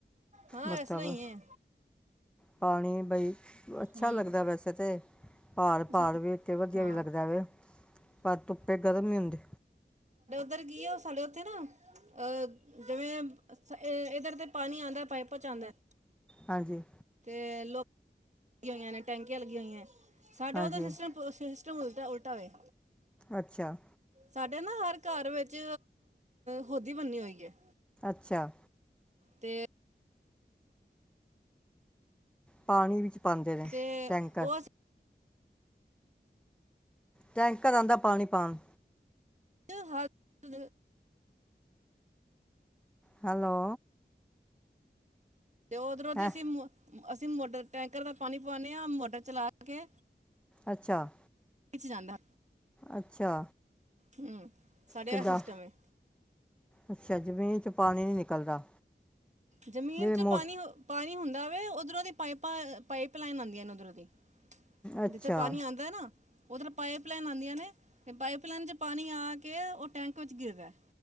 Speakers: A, on the right; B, in the centre.
A: ਹਾਂ
B: ਮਤਲਬ।
A: ਇਸ ਤਰ੍ਹਾਂ ਹੀ ਹੈ
B: ਪਾਣੀ ਬਈ ਅੱਛਾ,
A: ਹੂੰ
B: ਲੱਗਦਾ ਵੈਸੇ ਤਾਂ ਪਹਾੜ -ਪਹਾੜ
A: ਸਾ
B: ਵੇਖਕੇ ਵਧੀਆ
A: ਹਾਂ
B: ਵੀ ਲੱਗਦਾ ਵ, ਪਰ ਧੁੱਪੇ ਗਰਮ ਹੀ ਹੁੰਦੇ।
A: ਇਧਰ ਕੀ ਆ ਉਹ ਸਾਡੇ ਉੱਥੇ ਨਾ ਅਹ ਜਿਵੇਂ ਇਧਰ ਤੇ ਪਾਣੀ ਆਉਂਦਾ ਪਾਈਪਾਂ ਚ ਆਉਂਦਾ
B: ਹਾਂਜੀ
A: ਤੇ ਲੋਕ ਲੱਗੀ ਹੋਈਆਂ ਨੇ ਟੈਂਕੀਆਂ ਲੱਗੀ ਆਂ ਹੋਈਆਂ ਸਾਡੇ
B: ਹਾਂਜੀ
A: ਉਹਦਾ ਸਿਸਟਮ ਉਲਟ ਉਲਟਾਵੇ
B: ਅੱਛਾ
A: ਸਾਡੇ ਨਾ ਹਰ ਘਰ ਵਿੱਚ ਹੋਦੀ ਬੰਨੀ ਹੋਈ ਹੈ
B: ਅੱਛਾ,
A: ਤੇ,
B: ਪਾਣੀ ਵਿੱਚ, ਪਾਉਂਦੇ ਨੇ
A: ਤੇ
B: ਟੈਂਕਰ,
A: ਉਹ
B: ਟੈਂਕਰ ਆਦਾ ਪਾਣੀ ਪਾਣ
A: <unintelligible>
B: ਹੈਲੋ,
A: ਤੇ ਉਧਰੋਂ ਦੀ
B: ਹੈ
A: ਅਸੀਂ ਅਸੀਂ ਮੋਟਰ ਟੈਂਕਰ ਦਾ ਪਾਣੀ ਪਵਾਨੇ ਹਾਂ ਮੋਟਰ ਚਲਾ ਕੇ,
B: ਅੱਛਾ,
A: ਵਿੱਚ ਜਾਂਦਾ।
B: ਅੱਛਾ
A: ਹੂੰ ਸਾਡੇ
B: ਕਿੱਦਾਂ,
A: ਇਹ ਸਿਸਟਮ ਹੈ
B: ਅੱਛਾ ਜ਼ਮੀਨ ਚ ਪਾਣੀ ਨੀ ਨਿਕਲਦਾ।
A: ਜ਼ਮੀਨ
B: ਜਿਵੇਂ
A: ਚੋਂ
B: ਮੋ
A: ਪਾਣੀ ਪਾਣੀ ਹੁੰਦਾ। ਦਾਵੇ ਉੱਧਰੋਂ ਦੀ ਪਾਈਪਾਂ-ਪਾਈਪ ਲਾਈਨ ਆਦੀਆਂ ਨੇ ਉੱਧਰੋਂ ਦੀ,
B: ਅੱਛਾ
A: ਜਿੱਥੇ ਪਾਣੀ ਆਦਾ ਨਾ ਉੱਧਰ ਪਾਈਪ ਲਾਈਨ ਆਦੀਆਂ ਨੇ, ਤੇ ਪਾਈਪ ਲਈਨ ਚ ਪਾਣੀ ਆ ਕੇ ਉਹ ਟੈਂਕ ਵਿੱਚ ਗਿਰਦਾ,